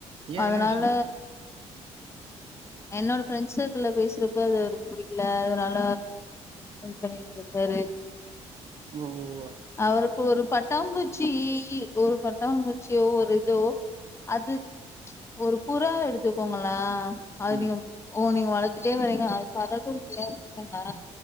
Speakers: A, on the right (about 45°); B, on the left (about 20°).
A: ஏ
B: அதனால
A: என்ன விஷயோ
B: என்னோட ஃப்ரெண்ஸு ல பேசுறப்ப அது அவுருக் புடிக்கில அதனால இது பண்ணிட்ருக்காரு
A: ஒ ஒ
B: அவருக்கு ஒரு பட்டாம்பூச்சீ ஒரு பட்டாம்பூச்சியோ ஒரு தோ அது ஒரு புறா எடுத்துக்கோங்களா அது
A: ம்
B: நீங்க ஒ நீங்க வளத்துட்டே வரீங்க அது பறக்க முடியாம் போனா